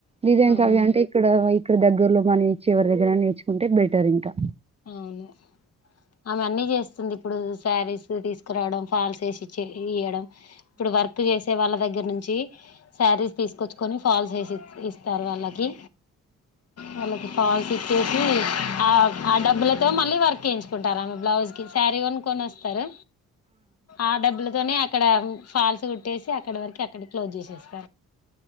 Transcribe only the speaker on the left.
అవును
అవును ఆమె అన్నీ చేస్తుంది ఇప్పుడు శారీస్ తీసుకురావడం ఫాల్స్ వేసిచ్చి ఇయడం ఇప్పుడు వర్క్ చేసే వాళ్ళ దగ్గర దగ్గర నుంచి శారీస్ తీసుకొచ్చుకొని ఫల్స్ వేసి ఇస్తారు వాళ్ళకి వాళ్ళక్ పాల్స్ ఇచ్చేసి ఆ ఆ డబ్బులతో మళ్ళీ వర్క్ వేయించుకుంటారు ఆమె బ్లౌజ్ కి శారీ కొనుకొని వస్తారు ఆ డబ్బులు అక్కడ ఫాల్స్ కుట్టేసి అక్కడ వరకు అక్కడ క్లోజ్ చేసేస్తారు